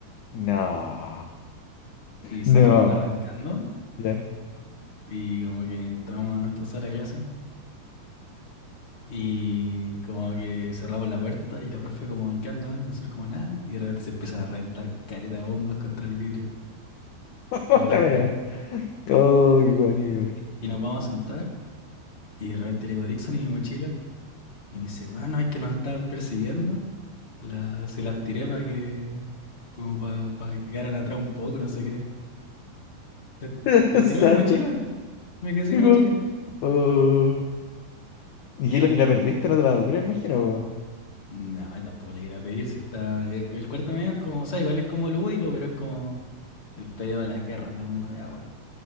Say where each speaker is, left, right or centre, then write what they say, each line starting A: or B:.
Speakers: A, on the left; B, on the left.
A: No.
B: Y salimos
A: No.
B: arrancando
A: Ya.
B: y como que entramos a nuestra sala de clase. Y como que cerramos la puerta y la profe como, ¿en qué andaban? Y nosotros como nada. Y de repente se empiezan a reventar caleta de bombas contra el vidrio
A: <laughs>
B: desde
A: La
B: afuera.
A: wea. Oh, qué guático,
B: Y nos vamos a sentar y de repente le digo Dixon y mi mochila. Y me dice, bueno, es que nos estaban persiguiendo. La, se las tiré para que, como para, que quedaran atrás un poco, no sé qué. Le,
A: weón.
B: le tiró
A: <laughs> Santo.
B: mi mochila. Me quedé sin
A: Digo,
B: mochila.
A: Oh. ¿Y, que la y la perdiste? ¿No te la devolvieron, imagino? weón?
B: No, tampoco le iré a pedir si está... El, el cuarto medio es como, o sea, igual es como lúdico, pero es como el periodo de las guerras de bomba de agua.